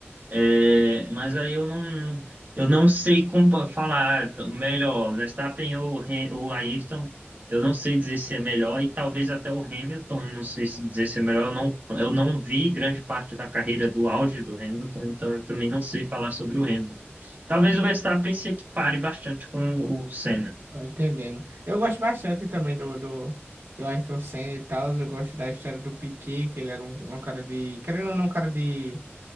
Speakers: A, on the right; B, on the right.
A: É, mas aí eu não, eu não sei como pa- falar melhor, Verstappen ou Ham- ou Ayrton, eu não sei dizer se é melhor, e talvez até o Hamilton, eu não sei se dizer se é melhor, eu não, eu não vi grande parte da carreira do auge do Hamilton, então eu também não sei falar sobre o Hamilton. Talvez o Verstappen se equipare bastante com o Senna.
B: Tô entendendo. Eu gosto bastante também do, do, do Ayrton Senna e tal. Eu gosto da história do Piquet, que ele era um, um cara de. Querendo ou não, um cara de,